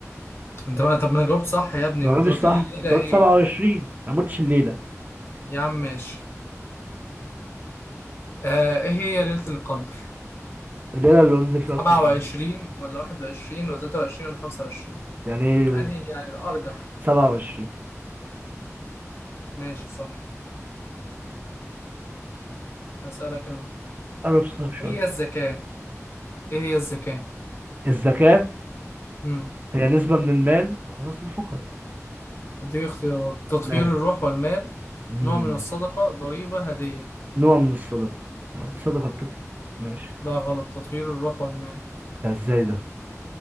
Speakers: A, on the left (about 50°); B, on the right (about 35°).
A: انت بقى طب ما انا جاوبت صح يا ابني
B: ما
A: ما
B: قلتش
A: انت قلت
B: صح
A: لي الليله
B: أنت قلت
A: ايه
B: 27 أنا ما قلتش الليلة
A: يا عم ماشي آه ايه هي ليله القدر
B: الليلة اللي أنزل فيها
A: 27
B: القرآن
A: ولا 21 ولا 23 ولا 25
B: يعني إيه
A: انهي يعني الارجح
B: 27
A: ماشي صح هسألك انا
B: قرب صوتك شوية
A: ايه هي الزكاه ايه هي الزكاه
B: الزكاة
A: امم
B: هي نسبة من المال تخصص للفقراء
A: اديك اختيارات تطهير
B: ماشي
A: الروح والمال
B: مم.
A: نوع من الصدقه ضريبه هديه
B: نوع من الصدقة يعني الصدقة بتطلع ماشي
A: لا غلط تطهير الروح والمال
B: ده ازاي ده؟